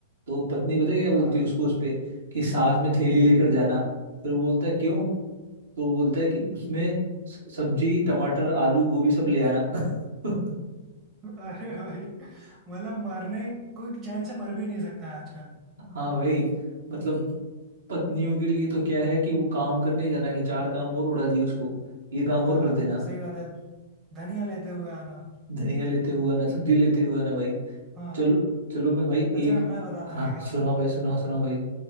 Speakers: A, on the right; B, on the right.
A: तो पत्नी पता है क्या बोलती
B: हाँ
A: है उसको उस पे कि साथ में थैली लेकर जाना फिर वो बोलता है क्यों तो वो बोलता है कि उसमें स- सब्जी टमाटर आलू गोभी सब ले आना <laughs>
B: अरे भाई मतलब मरने कोई चैन से मर भी नहीं सकता है आजकल
A: हाँ भाई मतलब पत्नियों के लिए तो क्या है कि वो काम करने ही जाना कि चार काम और उड़ा दिए उसको ये काम
B: हाँ
A: और कर देना
B: सही बात है धनिया लेते हुए आना
A: धनिया लेते हुआ ना सब्जी लेते हुआ ना भाई
B: हाँ
A: चलो चलो मैं भाई
B: अच्छा
A: एक
B: मैं बताता
A: हाँ
B: हूँ एक आपको
A: सुनाओ भाई सुनाओ सुनाओ भाई